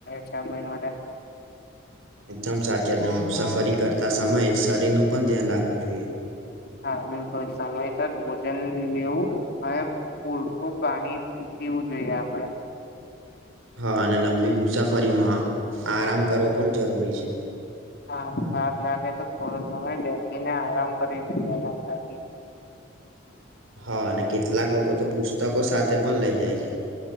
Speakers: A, on the left; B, on the right.
A: છે આપડા માટે
B: એકદમ સાચી વાત મું સફરી કરતા સમયે શરીર નું પણ ધ્યાન રાખવું જોઈએ
A: હા બિલકુલ સમયસર ભોજન લેવું અને પૂરતું પાણી પીવું જોઈએ આપડે
B: હા અને લંબી મુસાફરીમાં આરામ કરવો પણ જરૂરી છે
A: હા થાક લાગે તો થોડો સમય બેસીને આરામ કરી દેવાતા
B: હા અને કેટલાક લોકો તો પુસ્તકો સાથે પણ લઇ જાય છે